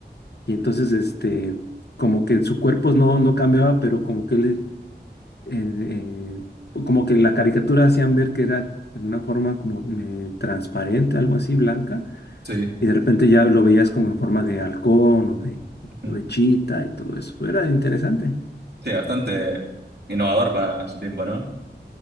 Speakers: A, on the left; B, on the right.
A: Y entonces, este, como que su cuerpo no, no cambiaba, pero como que él, eh, eh, como que en la caricatura hacían ver que era en una forma como eh, transparente, algo así, blanca.
B: sí.
A: Y de repente ya lo veías como en forma de halcón o de,
B: <laughs>
A: o de chita y todo eso. Era interesante.
B: Sí, bastante innovador para su tiempo, ¿no?